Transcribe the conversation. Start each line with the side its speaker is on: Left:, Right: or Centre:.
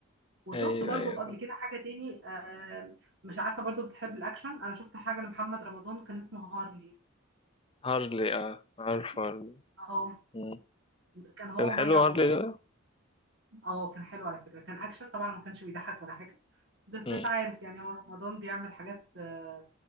Right: وشفت
Left: أيوه
Right: برضو
Left: أيوه
Right: قبل كده حاجه تاني آه، مش عارفه برضو بتحب الاكشن انا شفت حاجه لمحمد رمضان كان اسمه هارلي
Left: هارلي اه عارف
Right: عارفه
Left: هارلي
Right: اه
Left: مم.
Right: كان هو
Left: كان حلو
Right: ومي عمر
Left: هارلي ده
Right: اه كان حلو على فكرة كان اكشن طبعا ما كانش بيضحك ولا حاجة بس
Left: مم.
Right: انت عارف يعني هو رمضان بيعمل حاجات آه،